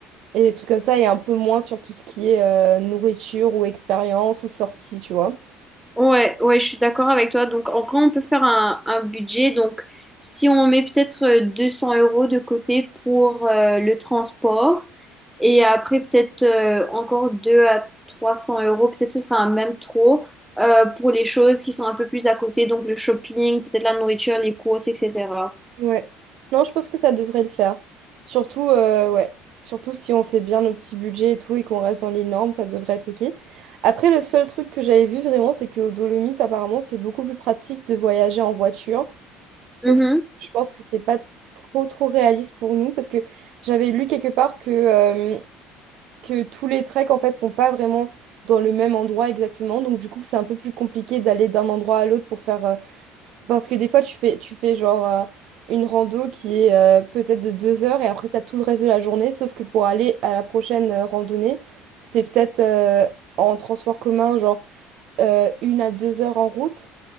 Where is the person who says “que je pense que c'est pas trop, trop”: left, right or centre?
Right